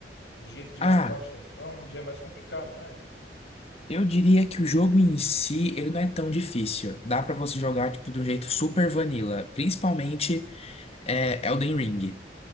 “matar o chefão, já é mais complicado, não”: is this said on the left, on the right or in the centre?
Left